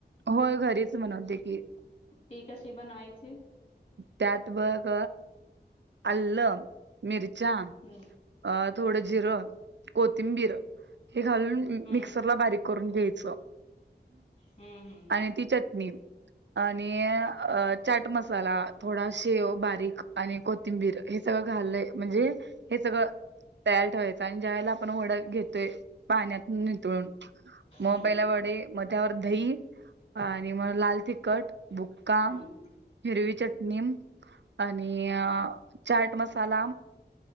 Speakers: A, on the right; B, on the left.
A: होयं. घरीच बनवते की,
B: ती कशी बनवायची.
A: त्यात बघ, आलं मिरच्या.
B: हम्म
A: अ थोडं जिरं, कोथिंबीर. हे घालून
B: हम्म
A: मिक्सरला बारीक करून घ्यायचं.
B: हम्म हम्म.
A: आणि ती चटणी आणि चाट मस मसाला थोडा शेव बारीक आणि कोथिंबीर हे सगळं घालय म्हणजे हे सगळं तयार ठेवायचं आणि ज्या वेळेला पण वडा घेतोय पाण्यात नितळून मग
B: हम्म
A: पहिला वडे मग त्यावर दही आणि मग लाल तिखट, बुक्का.
B: हम्म
A: हिरवी चटणी आणि चाट मसाला.